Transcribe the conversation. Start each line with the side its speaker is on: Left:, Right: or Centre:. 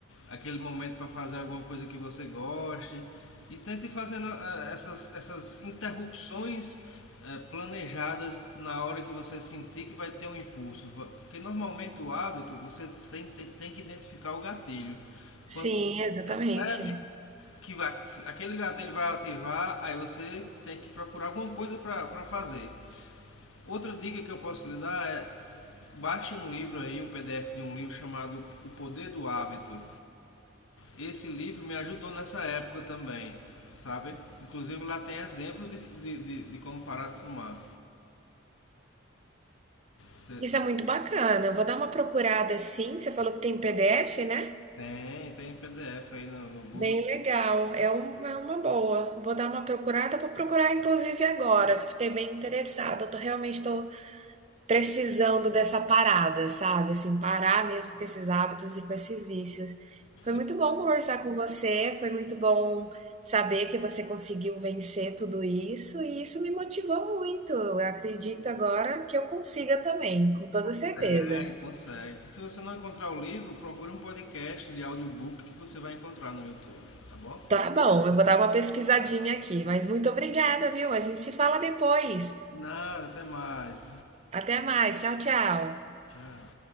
Left: aquele momento para fazer alguma coisa que você goste e tente fazendo eh, essas, essas interrupções eh, planejadas na hora que você sentir que vai ter um impulso, porque normalmente o hábito você sente, tem que identificar o gatilho. Quando
Right: Sim, exatamente.
Left: percebe que vai, aquele gatilho vai ativar, aí você tem que procurar alguma coisa para fazer. Outra dica que eu posso lhe dar é Baixe um livro aí, um PDF de um livro chamado O Poder do Hábito. Esse livro me ajudou nessa época também, sabe? Inclusive lá tem exemplos de, de, de, de como parar de fumar. Você
Right: Isso é muito bacana. Eu vou dar uma procurada sim. Você falou que tem PDF, né?
Left: tem, tem PDF aí no, no Google.
Right: Bem legal. É, um, é uma boa. Vou dar uma procurada. Vou procurar, inclusive, agora, que fiquei bem interessada. Eu tô, realmente estou Precisando dessa parada, sabe, assim, parar mesmo com esses hábitos e com esses vícios. Foi
Left: Se
Right: muito bom conversar com você, foi muito bom saber que você conseguiu vencer tudo isso e isso me motivou muito. Eu acredito agora que eu consiga também, com toda certeza.
Left: consegue, consegue. Se você não encontrar o livro, procure um podcast de audiobook que você vai encontrar no YouTube, tá bom?
Right: Tá bom, eu vou dar uma pesquisadinha aqui, mas muito obrigada, viu? A gente se fala depois.
Left: Nada, até mais.
Right: Até mais, tchau, tchau.
Left: Tchau.